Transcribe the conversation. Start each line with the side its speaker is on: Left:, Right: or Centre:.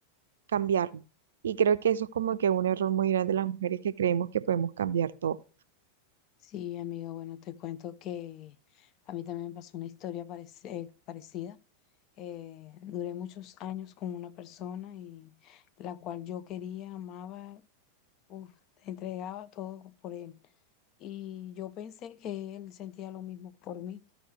Right: cambiarlo. Y creo que eso es como que un error muy grande de las mujeres que creemos que podemos cambiar todo.
Left: Sí, amigo, bueno, te cuento que a mí también me pasó una historia parec- eh, parecida. Eh, duré muchos años con una persona y la cual yo quería, amaba. Uf, te entregaba todo por él. Y yo pensé que él sentía lo mismo por mí,